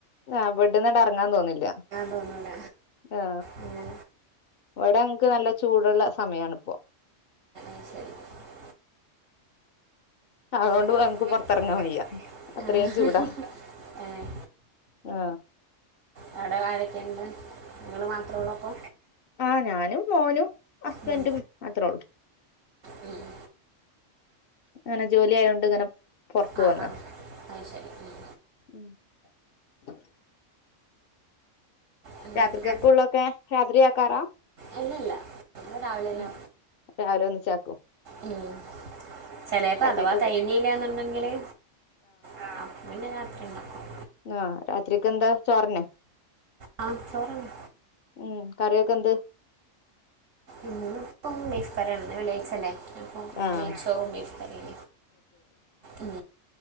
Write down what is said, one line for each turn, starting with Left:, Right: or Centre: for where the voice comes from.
Left: അവിടുന്നാങട് ഇറങ്ങാൻ തോന്നില്ല
Right: തോന്നൂല
Left: ആ
Right: അങ്ങനെ
Left: ഇവിടെ ങ്ങക്ക് നല്ല ചൂടുള്ള സമയണിപ്പൊ
Right: അ ശരി <unintelligible>
Left: അതുകൊണ്ട്ഞങ്ങക്ക്
Right: ആ, ഏ,
Left: പുറത്തറങ്ങാൻ വയ്യാ അത്രയും
Right: അത്
Left: ചൂടാ
Right: ശരി.
Left: ആ
Right: തട ആരൊക്കെണ്ട് നിങ്ങള് മാത്രേ ഉള്ളൂ അപ്പൊ
Left: ആ ഞാനും മോനും ഹസ്ബൻറും
Right: ഉം,
Left: മാത്രേ ഒള്ളൂ
Right: ഉം <inaudible>
Left: അങ്ങനെ ജോലി ആയൊണ്ട് ഇങ്ങനെ പൊറത്തു
Right: ആ
Left: പോന്നാ
Right: ആ അത് ശരി ഉം,
Left: ഉം <inaudible>
Right: ഉം.
Left: രാത്രികൊക്കെ
Right: ഇല്ല
Left: ഉള്ളൊക്കെ രാത്രിയാക്കാറാ
Right: അല്ലല്ല രാവിലെന്നെ
Left: ഉം രാവിലെ ഒന്ന്ചാക്കും
Right: ഉം ചെലേപ്പോ
Left: രാത്രിക്കക്ക്
Right: അഥവാ തെയ്ഞ്ഞില്ലന്നുണ്ടെങ്കില് ആ അന്ന രാത്രി ഉണ്ടാക്ക <inaudible>
Left: ആ രാത്രിക്ക് എന്താ ചോറെനെ
Right: ആ ചോറാണ്
Left: ഉം കറിയൊക്കെ എന്ത്
Right: ഇന്ന് ഇപ്പം ബിഫ്കറിആണ് വെള്ളിഴ്ച്ചല്ലേ <inaudible>
Left: ആഹ്
Right: നെയ്ച്ചോറും ബീഫ് കറിം ഉം